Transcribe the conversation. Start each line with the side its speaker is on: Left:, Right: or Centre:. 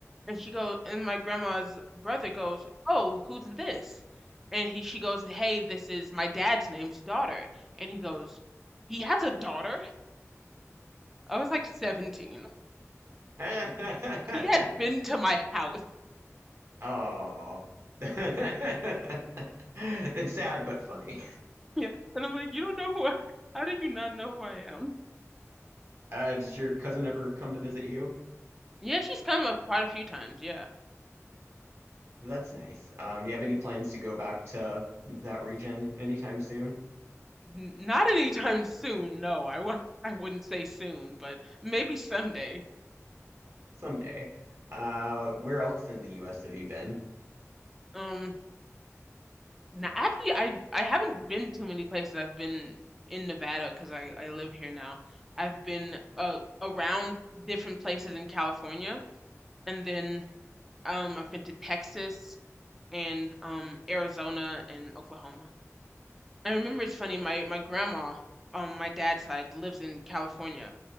Centre: And she goes and my grandma's brother goes, "Oh, who's this?" And he she goes, "Hey, this is my dad's name's daughter." And he goes, "He has a daughter?" I was like 17.
Right: <laughs>
Centre: He had been to my house. <laughs>
Right: Oh, <laughs> it's sad but funny.
Centre: Yeah. And I'm like, "You don't know who I, how do you not know who I am?"
Right: Uh, did your cousin ever come to visit you?
Centre: Yeah, she's come up quite a few times, yeah.
Right: That's nice. Um, do you have any plans to go back to that region anytime soon?
Centre: N not <laughs> anytime soon, no. I w <laughs> I wouldn't say soon, but maybe someday.
Right: Someday. Uh, where else in the US have you been?
Centre: Um, now actually I I haven't been too many places. I've been in Nevada because I I live here now. I've been uh around different places in California and then um I've been to Texas and um Arizona and Oklahoma. I remember it's funny, my my grandma on my dad's side lives in California